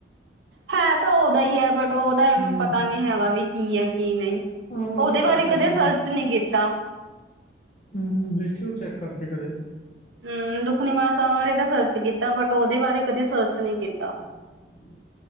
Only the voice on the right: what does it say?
ਹੈ ਤਾਂ ਉਹਦਾ ਹੀ ਹੈ, ਬਟ ਉਹਦਾਵੇਂ
ਪਤਾ ਨੀ ਹੈਗਾ ਵੀ ਕੀ ਹੈ। ਕੀ ਨਹੀਂ
ਉਹਦੇ
ਬਾਰੇ
ਕਦੇ ਸਰਚ
ਨਹੀਂ ਕੀਤਾ।
ਹੂੰ ਦੁੱਖ ਨਿਵਾਰਨ ਸਾਹਿਬ ਬਾਰੇ ਤਾਂ ਸਰਚ ਕੀਤਾ ਬਟ ਉਹਦੇ ਬਾਰੇ ਕਦੇ ਸਰਚ ਨਹੀਂ ਕੀਤਾ।